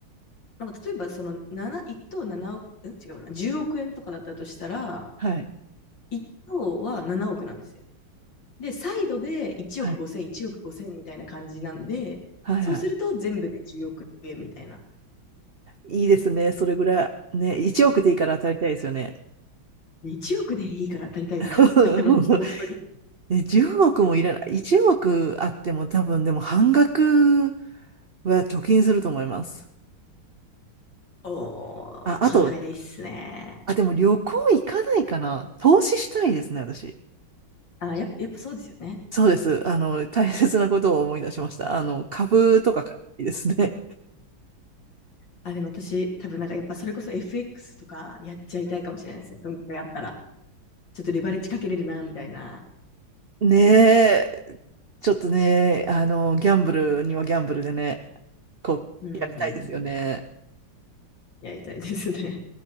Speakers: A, on the left; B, on the right.
A: なんか例えばその7、1等7億、ん違うな、10億円とかだったとしたら、
B: はい、
A: 1等は7億なんですよ。で、サイドで1億5千、
B: はい、
A: 1億5千みたいな感じなんで、
B: はい、
A: そうすると全部で10億円みたいな。
B: はい。いいですね。それぐらい。ね、1億でいいから当たりたいですよね。
A: で1億でいいから当たりたいっす。
B: <laughs>
A: <laughs> あの、本当に。
B: ね、10億もいらない。1億あっても多分でも半額は貯金すると思います。
A: おー、
B: あ、
A: 硬いっすね。
B: あと、あ、でも旅行行かないかな。投資したいですね、私。
A: あ、や、やっぱそうですよね。
B: そうです。あの、大切なことを思い出しました。あの、株とか買いたいですね。
A: あ、でも私、多分なんかやっぱそれこそ FX とかやっちゃいたいかもしれないですね。そのぐあったら。ちょっとレバレッジかけれるな、みたいな。
B: ねえ、ちょっとね、あの、ギャンブルにはギャンブルでね、こう、
A: うん。
B: やりたいですよね。
A: やりたいですね。